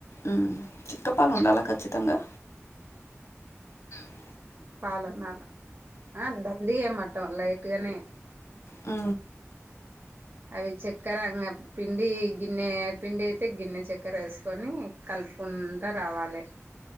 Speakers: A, on the left; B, on the right.
A: ఆ చిక్క పాలు ఉండాలా ఖచ్చితంగా ఉ
B: పాలన దండిగన వెయ్యమంటావా లైట్గానే
A: ఉ
B: అవి చక్కెర అంగ పిండి గిన్నె పిండి అయితే గిన్నె చక్కెర వేసుకొని కలుపుకుంటా రావాలి